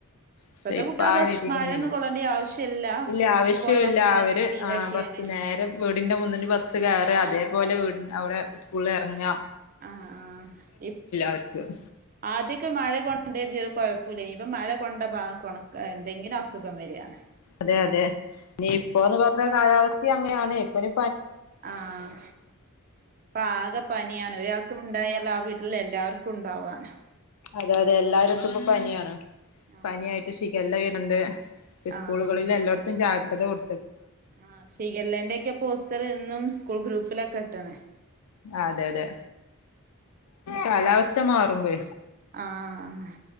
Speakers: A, on the left; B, on the right.
A: ക്ഷെ
B: ഇപ്പത്തെ
A: ഇപ്പൊ
B: കുട്ടികൾ
A: ആ
B: ബസ്
A: രീതിയിൽ
B: മഴയൊന്നും
A: ഒന്നും ഇല്ല
B: കൊള്ളേണ്ട ആവശ്യല്ല
A: ഇല്ല
B: സ്കൂൾക്ക്
A: ആവശ്യോംല്ല
B: പോകാൻ ബസ്സില്
A: അവര്
B: വണ്ടിയിലൊക്കെയാണ്
A: ആഹ് ബസ്സ് നേരെ വീടിന്റെ മുന്നിന്ന് ബസ്സ് കയറ അതേപോലെ വീ അവിടെ സ്കൂളിൽ എറങ്ങ
B: ആഹ് ആ ഇപ്പോ
A: അവർക്ക്
B: ആഹ് ആദ്യം ഒക്കെ മഴ കൊണ്ട് വിചാരിച്ച് ഒരു കൊഴ പ്പോം ഇല്ലേനി ഇപ്പം മഴ കൊണ്ട <unintelligible> ഏ എന്തെങ്കിലും അസുഖം വരാണ്.
A: അതെ അതെ ഇനി ഇപ്പോന്ന് പറഞ്ഞ കാലാവസ്ഥയും അങ്ങനെയാണ് ഇപ്പ ഇനി
B: ആഹ് ഇപ്പ ആകെ പനിയാണ് ഒരാൾക്കു ഉണ്ടായാൽ ആ വീട്ടിലെ എല്ലാർ ക്കും ഉണ്ടാവാണ്
A: അതെ അതെ എല്ലായിടത്തും ഇപ്പൊ പനിയാണ്
B: ആഹ്
A: പനിയായിട്ട് ഷിഗല്ല വെ ണുണ്ട് ഇസ്കൂളുകളിൽ
B: ആഹ് ശിഖല്ല
A: എല്ലോട്ത്തും ജാഗ്രത കൊടു
B: ആഹ് ഷിഗല്ലെന്റെ ഒക്കെ പോസ്റ്ററ് ഇന്നും സ്കൂൾ ഗ്രൂപ്പിലൊക്കെ ഇട്ട്ണ്
A: അതെ അതെ കാലാവസ് സ്ഥ മാറുമ്പേ
B: ആഹ്